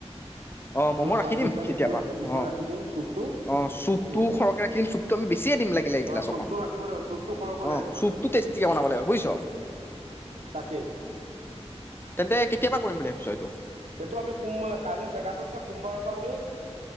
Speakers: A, on the left; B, on the right.
A: অ', মম' ৰাখি
B: চাটনি
A: দিম
B: তাটনি
A: তেতিয়
B: পুৰা
A: পৰা
B: হেভিকৈ
A: অ',
B: ৰাখি দিম চুপটো
A: অ', চুপটো
B: এ
A: সৰহকে ৰাখি দিম চুপটো আমি বেছিয়ে দিম লাগিলে
B: অ
A: এইগিলাছ
B: চুপটো
A: অকণ
B: ৰাখিব লাগিব চুপটো সৰহকৈ
A: অ',
B: লাগিব খালি
A: চুপটো টেষ্টিকে বনাব লাগে বুজিছ অ'।
B: তাকে
A: তেন্তে কেতিয়াবা কৰিম বুলি ভাবিছ' এইটো?
B: এইটো আমি সোম কাইলৈ জেগাতটো চাই সোমবাৰৰ পৰা আমি এ,